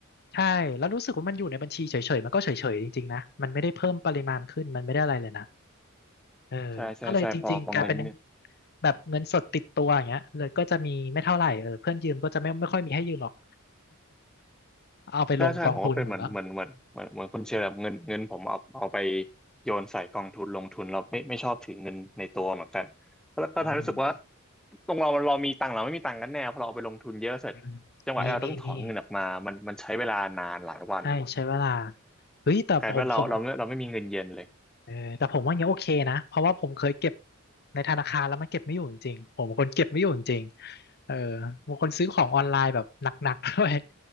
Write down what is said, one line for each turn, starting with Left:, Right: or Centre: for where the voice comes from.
Left: ใช่แล้วรู้สึกว่ามันอยู่ในบัญชีเฉยๆมันก็เฉยๆจริงๆนะมันไม่ได้เพิ่มปริมาณขึ้นมันไม่ได้อะไรเลยนะเออก็เลยจริงๆกลายเป็น
Centre: ใช่ใช่ใช่พอพอเงิน
Left: แบบเงินสดติดตัวอย่างเงี้ยเลยก็จะมีไม่เท่าไหร่เออเพื่อนยืมก็จะไม่ไม่ค่อยมีให้ยืมหรอกเอาไปลงกองทุนหมดแล้ว
Centre: ใช่ใช่ผมก็เป็นเหมือนเหมือนเหมือนเหมือนเหมือนคุณเชลแบบเงินเงินผมเอาเอาไปโยนใส่กองทุนลงทุนเราไม่ไม่ชอบถือเงินในตัวเหมือนกันแล้วก็ทำรู้สึกว่า
Left: อ่า
Centre: ตรงเราเรามีตังค์เราไม่มีตังค์กันแน่พอเราเอาไปลงทุนเยอะเสร็จ
Left: อืมมีมีมี
Centre: จังหวะที่เราต้องถอนเงินออกมามันมันใช้เวลานานหลายวัน
Left: ใช่ใช้เวลาเฮ้ยแต่ผมผม
Centre: กลายเป็นว่าเราเราไม่เราไม่มีเงินเย็นเลย
Left: เออแต่ผมว่าอย่างเงี้ยโอเคนะเพราะว่าผมเคยเก็บในธนาคารแล้วมันเก็บไม่อยู่จริงๆผมเป็นคนเก็บไม่อยู่จริงๆเออบางคนซื้อของออนไลน์แบบหนักๆ <laughs> ด้วย